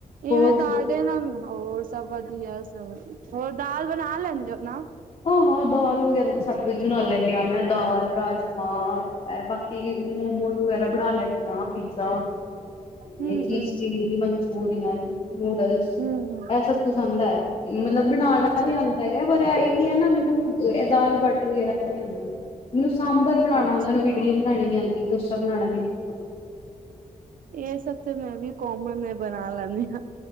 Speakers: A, on the left; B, on the right.
A: ਹੋਰ
B: ਇਵੇਂ ਤੁਹਾਡੇ
A: ਸੁਣਾਓ।
B: ਨਾਲ ਹੋਰ, ਸਭ ਵਧੀਆ-ਸਭ ਵਧੀਆ, ਹੋਰ ਦਾਲ ਬਣਾ ਲੈਂਦੇ ਓ ਨਾ?
A: ਹਾਂ-ਹਾਂ, ਦਾਲ ਵਗੈਰਾ ਤਾਂ ਸਭ ਕੁਝ ਬਣਾ ਲੈਂਣੀ ਆਂ, ਮੈਂ ਦਾਲ ਰਾਜਮਾਂ ਬਾਕੀ ਕਿ ਮੋਮੋਜ਼ ਵਗੈਰਾ ਬਣਾ ਲੈਂਣੀ ਆਂ, ਪੀਜ਼ਾ ਤੇ
B: ਹੂੰ
A: ਚੀਜ਼
B: ਹੂੰ
A: ਚੀਲੀ ਮਚੂਰੀਅਨ, ਨੂਡਲਸ
B: ਹੂੰ ਹੂੰ
A: ਐ ਸਭ ਕੁਛ ਆਂਦਾ। ਮਤਲਬ ਬਣਾਣਾ
B: ਅੱਛਾ
A: ਵੀ ਆਂਦਾ।
B: ਅੱਛਾ
A: ਪਰ ਇਹ ਕੀ ਹੈ ਨਾ, ਮੈਨੂੰ ਇਹ ਦਾਲ-ਬਾਟੀ ਵਗੈਰਾ ਨੀ ਔਦੀ ਮੈਨੂੰ ਸਾਂਬਰ ਬਣਾਣਾ
B: ਅੱਛਾ
A: ਆਂਦਾ, ਓਨੂੰ ਇਡਲੀ ਵੀ ਬਣਾਣੀ ਨੀ ਆਂਦੀ, ਡੋਸਾ ਵੀ ਬਣਾਣਾ ਨੀ ਆਂਦਾ।
B: ਏ ਸਭ ਤੇ ਮੈਂ ਵੀ ਕੋਮਨ ਐ, ਬਣਾ ਲੈਣੀ ਆ,